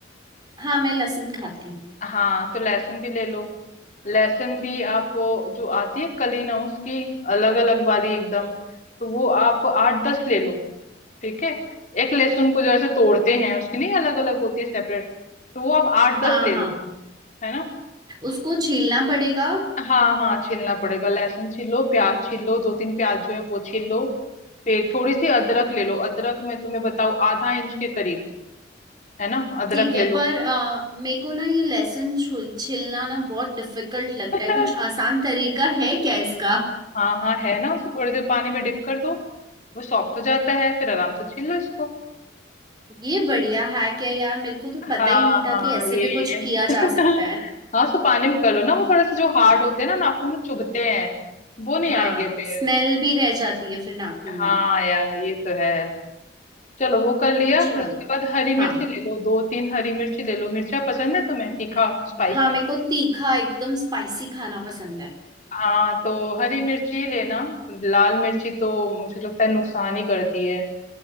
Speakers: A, on the right; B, on the left.
A: हाँ मैं लहसुन खाती हूँ
B: हाँ तो लहसुन भी ले लो लहसुन भी आप वो जो आती है कली ना उसकी अलग अलग वाली एकदम तो वो आप आठ दस ले लो ठीक है एक लहसुन को जैसे तोड़ते हैं उसकी नहीं अलग अलग होती है सेपरेट तो वो आप आठ
A: हाँ
B: दस ले
A: हाँ
B: लो है ना
A: उसको छीलना पड़ेगा
B: हाँ हाँ छीलना पड़ेगा लहसुन छील लो प्याज छील लो दो तीन प्याज जो है वो छील लो फिर थोड़ी सी अदरक ले लो अदरक मैं तुम्हें बताऊँ आधा इंच के करीब है ना अदरक
A: ठीक
B: ले
A: है
B: लो
A: पर अ, मेरे को ना ये लहसुन छुल छीलना ना बहुत डिफिकल्ट लगता
B: <laughs>
A: है कुछ आसान तरीका है क्या इसका
B: हाँ हाँ है ना उसे थोड़ी देर पानी में डिप कर दो वो सॉफ्ट हो जाता है फिर आराम से छील लो इसको
A: ये बढ़िया हैक है यार मेरे को तो पता
B: हाँ
A: ही नहीं था
B: हाँ
A: कि ऐसे
B: ये
A: भी
B: ये
A: कुछ
B: <laughs>
A: किया
B: ये।
A: जा सकता है
B: हाँ सो पानी में कर लो ना वो थोड़े से जो हार्ड होते हैं ना नाखून में चुभते हैं वो नहीं
A: हाँ
B: आएंगे फिर
A: स्मेल भी रह जाती है फिर नाखून
B: हाँ
A: में
B: यार ये तो है चलो वो कर लिया
A: चलो
B: फिर उसके बाद हरी
A: हाँ
B: मिर्ची ले लो दो तीन हरी मिर्ची ले लो मिर्चा पसंद है तुम्हें तीखा स्पाइसी
A: हाँ मेरे को तीखा एकदम स्पाइसी खाना पसंद है
B: हाँ तो हरी मिर्ची लेना लाल मिर्ची तो मुझे लगता है नुकसान ही करती है